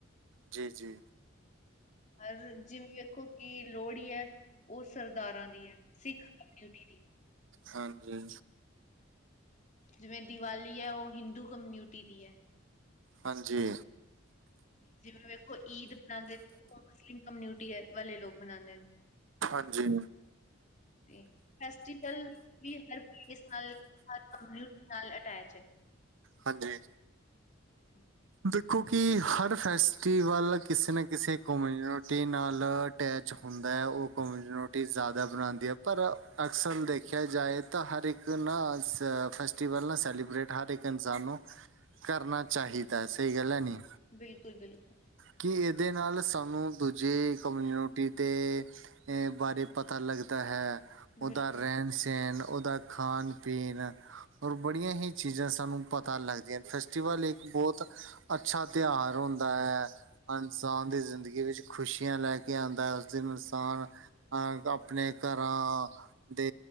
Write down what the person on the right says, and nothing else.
ਜੀ ਜੀ
ਹਾਂਜੀ
ਹਾਂਜੀ
ਹਾਂਜੀ
ਹਾਂਜੀ
ਦੇਖੋ ਕਿ ਹਰ ਫੈਸਟੀਵਲ ਕਿਸੇ ਨਾ ਕਿਸੇ ਕਮਿਊਨਿਟੀ ਨਾਲ ਅਟੈਚ ਹੁੰਦਾ ਹੈ ਉਹ ਕਮਿਊਨਿਟੀ ਜ਼ਿਆਦਾ ਬਣਾਉਂਦੀ ਹੈ ਪਰ ਅਕਸਰ ਦੇਖਿਆ ਜਾਏ ਹਰ ਇੱਕ ਨਾ ਫੈਸਟੀਵਲ ਨਾ ਸੈਲੀਬ੍ਰੇਟ ਹਰ ਇੱਕ ਇਨਸਾਨ ਨੂੰ ਕਰਨਾ ਚਾਹੀਦਾ ਸਹੀ ਗੱਲ ਹੈ ਨੀ
ਕਿ ਇਹਦੇ ਨਾਲ ਸਾਨੂੰ ਦੂਜੇ ਕਮਿਊਨਿਟੀ ਦੇ ਆ ਬਾਰੇ ਪਤਾ ਲੱਗਦਾ ਹੈ ਉਹਦਾ
ਰਹਿਣ ਸਹਿਣ ਓਦਾ ਖਾਣ ਪੀਣ ਔਰ ਬੜੀਆਂ ਹੀ ਚੀਜ਼ਾਂ ਸਾਨੂੰ ਪਤਾ ਲੱਗਦੀਆਂ ਫੈਸਟੀਵਲ ਇੱਕ ਬਹੁਤ ਅੱਛਾ ਤਿਉਹਾਰ ਹੁੰਦਾ ਹੈ ਇਨਸਾਨ ਦੀ ਜ਼ਿੰਦਗੀ ਵਿੱਚ ਖੁਸ਼ੀਆਂ ਲੈ ਕੇ ਆਉਂਦਾ ਹੈ ਉਸ ਦਿਨ ਇਨਸਾਨ ਆ ਆਪਣੇ ਘਰਾਂ ਦੇ